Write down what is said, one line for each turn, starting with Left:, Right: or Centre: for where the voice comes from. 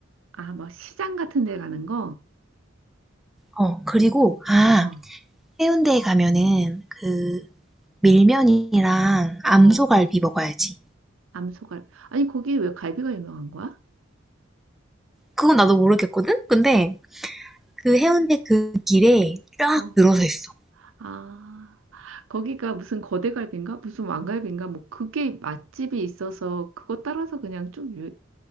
Right: 아, 막 시장 같은 데 가는 거?
Centre: 어, 그리고, 아,
Right: 어,
Centre: 해운대에 가면은 그 밀면이랑 암소갈비
Right: 어,
Centre: 먹어야지.
Right: 암소갈비. 아니, 거기 왜 갈비가 유명한 거야?
Centre: 그건 나도 모르겠거든? 근데 그 해운대 그 길에 쫙
Right: 어,
Centre: 늘어서 있어.
Right: 아, 거기가 무슨 거대갈비인가? 무슨 왕갈비인가? 뭐, 그게 맛집이 있어서 그거 따라서 그냥 좀 유,